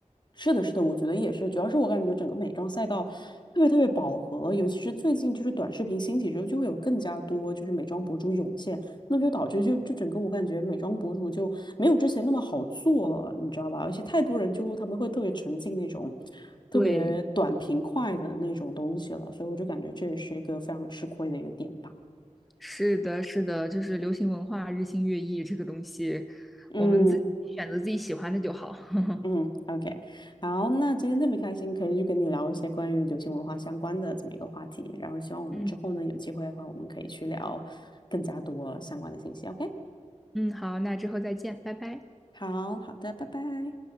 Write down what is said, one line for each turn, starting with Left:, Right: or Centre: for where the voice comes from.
Left: 是的，是的，我觉得也是。主要是我感觉整个美妆赛道特别特别饱和，尤其是最近就是短视频兴起之后，就会有更加多就是美妆博主涌现，那就导致就就整个我感觉美妆博主就没有之前那么好做了，你知道吧？而且太多人就他们会特别沉浸那种特别短平快的那种东西了，
Centre: 对，
Left: 所以我就感觉这也是一个非常吃亏的一个点吧。
Centre: 是的，是的，就是流行文化日新月异这个东西，
Left: 嗯。
Centre: 我们自己选择自己喜欢的就好。<laughs>
Left: 嗯，OK，好，那今天特别开心，可以去跟你聊一些关于流行文化相关的这么一个话题。然后希望我们之后呢，
Centre: 嗯
Left: 有机会的话，我们可以去聊更加多相关的信息。OK，
Centre: 嗯，好，那之后再见，拜拜。
Left: 好，好的，拜拜。